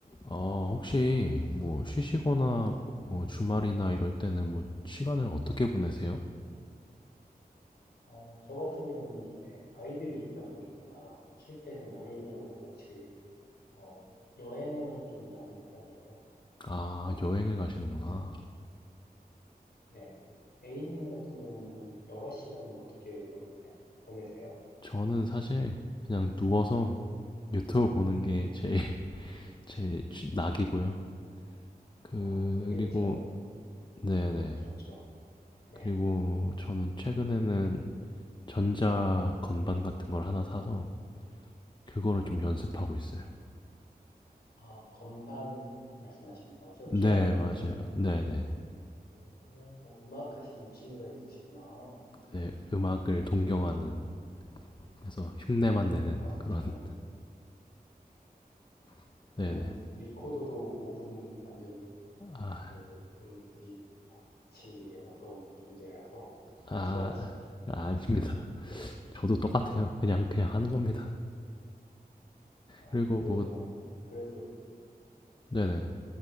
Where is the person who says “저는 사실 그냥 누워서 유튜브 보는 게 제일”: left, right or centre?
Left